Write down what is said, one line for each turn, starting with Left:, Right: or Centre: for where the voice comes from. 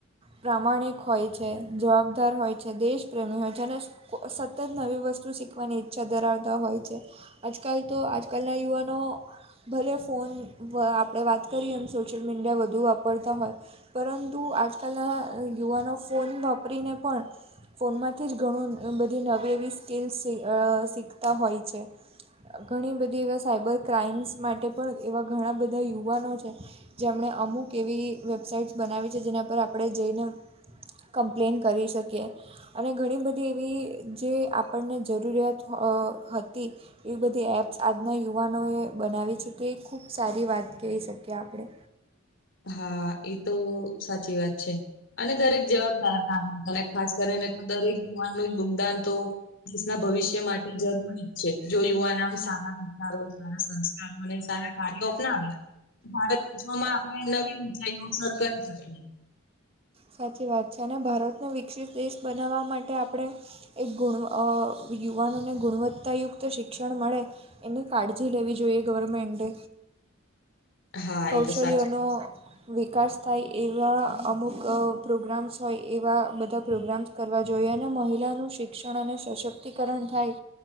Right: પ્રામાણિક હોય છે, જવાબદાર હોય છે, દેશ પ્રેમી હોય છે, અને કો સતત નવી વસ્તુ શીખવાની ઈચ્છા ધરાવતા હોય છે. આજકાલ તો આજકાલના યુવાનો ભલે ફોન આપણે વાત કરીએ એમ સોશિયલ મીડિયા વધુ વાપરતા હોય. પરંતુ આજકાલના યુવાનો ફોન વાપરીને પણ ફોનમાંથી જ ઘણું બધી નવી એવી સ્કીલ અ શીખતા હોય છે. ઘણી બધી એવા સાયબર ક્રાઈમ્સ માટે પણ એવા ઘણા બધા યુવાનો છે. જેમણે અમુક એવી વેબસાઈટ્સ બનાવી છે, જેના પર આપણે જઈને કમ્પ્લેન કરી શકીએ અને ઘણી બધી બ ધી એવી જે આપણને જરૂરિયાત હ હતી. એવી બધી એપ્સ આજના યુવાનોએ બનાવી છે, કે એ ખૂબ સારી વાત કહી શકીએ આપણે
Left: હા એ તો સાચી વાત છે, અને દરેક જવાબદાર નામ ભલે ખાસ કરીને દરેક યુવાનનું ય યોગદાન તો દેશના ભવિષ્ય માટે જરૂરી જ છે જો યુવાન આમ સારા વિચાર હોય સારા સંસ્ કાર હોય અને સારા કાર્યો અપનાવે <unintelligible> નવી ઊંચાઈઓ સર કરી શકે
Right: સાચી વાત છે અને ભારતને વિકસિત દેશ બનાવવા માટે આપણે એક ગુણ અ યુવાનોને ગુણવત્તાયુક્ત શિક્ષણ મળે. એની કાળજી લેવી જોઈએ ગવર્મેન્ટે.
Left: હા
Right: કૌશલ્યનો
Left: એ તો સાચું
Right: વિકાસ થાય એવા અમુક અ પ્રોગ્રામ્સ હોય એવા બધા પ્રોગ્રામ્સ. કરવા જોઈએ અને મહિલાનું શિક્ષણ અને સશક્તિકરણ થાય